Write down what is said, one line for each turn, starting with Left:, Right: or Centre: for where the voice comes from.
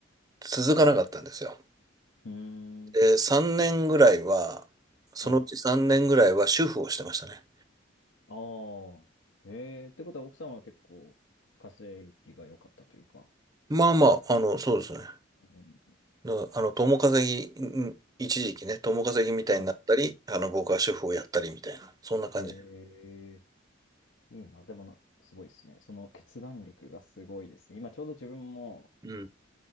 Right: 続かなかったんですよ。
Left: うーん。
Right: で、3年ぐらいは、そのうち3年ぐらいは主婦をしてましたね。
Left: はい。ああ。へえ、ってことは奥様は結構稼ぎが良かったというか。
Right: まあまあ、あの、そうですね。
Left: うん。
Right: だあの、共稼ぎ、ん一時期ね、共稼ぎみたいになったり、
Left: は
Right: あの、僕は主婦をやったりみたいな、そんな感じ。
Left: い。へえ、いいな。でもな、すごいですね。その決断力がすごいですね。今ちょうど自分も
Right: うん。